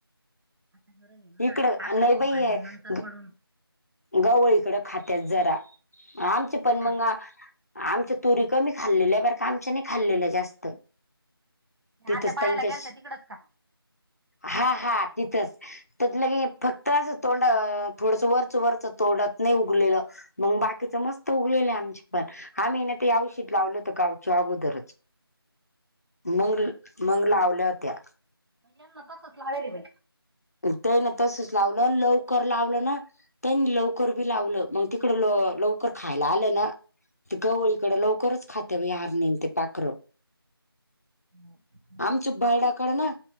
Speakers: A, on the right; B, on the left.
A: आता गरज आहे ना
B: इकड
A: आता पाखरं
B: नाही
A: खाऊ
B: बाई
A: राहिले
B: हे
A: नंतर
B: घ
A: पडून
B: गवळ इकड खात्या जरा आमची पण
A: नाही ना.
B: मंग आमच्या तुरी कमी खाल्लेल्या आहे बर का आमच्या नाही खाल्लेलं जास्त तिथंच
A: आता पाहायला
B: त्यांच्या
A: गेल तर तिकडच का
B: हा हा तिथंच. त्यात लंगे फक्त असं तोंड थोडस वरच वरच तोंडात नाही उगलेलं. मंग बाकीच मस्त उगेल हे आमच्या पण आम्ही ना, ते औशध लावलं होत गावच्या अगोदरच. मंगल मंग लावल्या होत्या.
A: यांन तसच लावेल बाई.
B: त्याईन तसच लावलं लवकर लावलं ना. त्यांनी लवकर बी लावलं मग तिकड ल लवकर खायला आलं ना. ते गवळीकडे लवकरच खाते बई हारनींन ते पाखरं.
A: हो.
B: आमचे बैडाकडे ना,